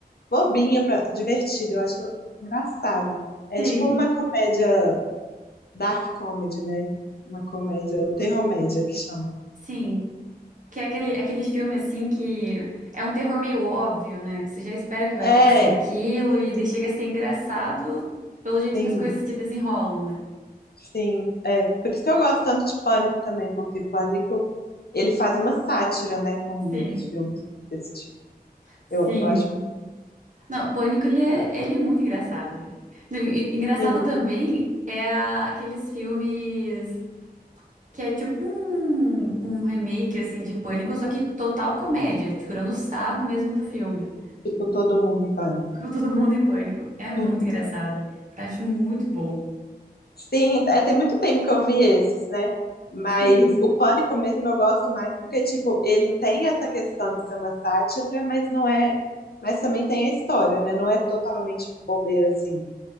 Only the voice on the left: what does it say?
bobinho, pra, divertido, eu acho engraçado. É
tipo uma comédia Dark comedy, né? Uma comédia, um terrormédia que chama.
É,
sim,
sim. É, por isso que eu gosto tanto de Pânico também, porque Pânico, ele faz uma sátira, né, com
os filmes desse tipo.
Eu, eu acho muito
sim,
tipo, todo mundo em pânico.
Hum.
Sim, é, tem muito tempo que eu vi esses, né? Mas
o Pânico mesmo eu gosto mais porque, tipo, ele tem essa questão de ser uma sátira, mas não é. Mas também tem a história, né? Não é totalmente bobeira, assim.